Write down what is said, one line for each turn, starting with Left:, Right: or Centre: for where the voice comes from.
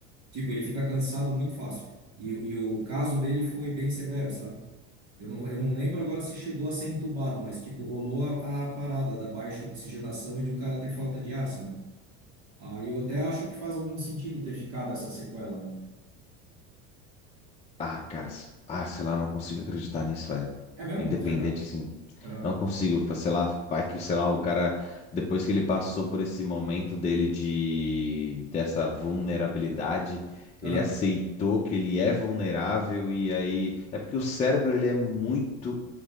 Right: Tipo, ele fica cansado muito fácil. E, o- e o caso dele foi bem severo, sabe? Eu não, eu não lembro agora se chegou a ser entubado, mas tipo, rolou a, a parada da baixa oxigenação e de o cara ter falta de ar, sabe? Aí eu até acho que faz algum sentido ter ficado essa sequela, né?
Left: Ah, cara. s- Ah, sei lá, não consigo acreditar nisso, velho.
Right: É mesmo?
Left: Independente,
Right: Sério mesmo?
Left: assim.
Right: Aham.
Left: Não consigo, fa- sei lá, vai que, sei lá, o cara, depois que ele passou por esse momento dele de, dessa vulnerabilidade,
Right: Aham.
Left: ele aceitou que ele é vulnerável e aí, é porque o cérebro, ele é muito